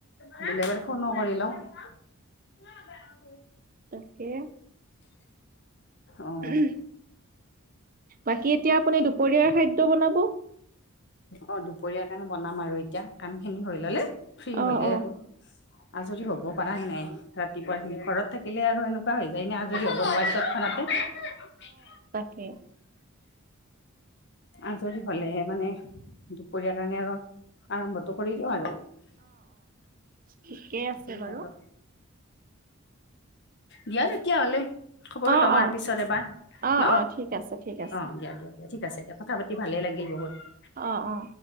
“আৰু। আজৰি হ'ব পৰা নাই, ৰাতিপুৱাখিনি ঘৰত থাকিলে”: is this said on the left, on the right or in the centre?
Left